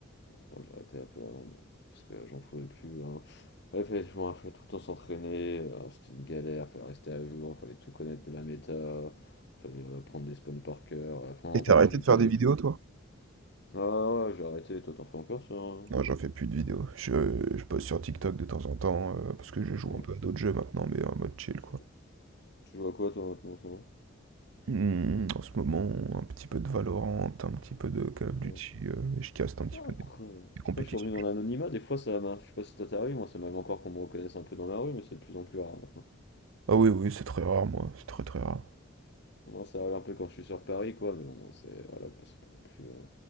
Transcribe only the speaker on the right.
Et t'as
arrêté
de faire
des vidéos,
toi?
Non, j'en fais plus de vidéos. Je, je poste sur TikTok de temps en temps, euh, parce que je joue
un peu à d'autres jeux maintenant, mais en mode chill,
quoi.
Hmm, en ce moment, un petit peu de Valorant, un petit peu de Call of Duty,
euh, et je caste un petit
peu des,
des compétitions.
Ah oui, oui, c'est très rare, moi, c'est très très rare.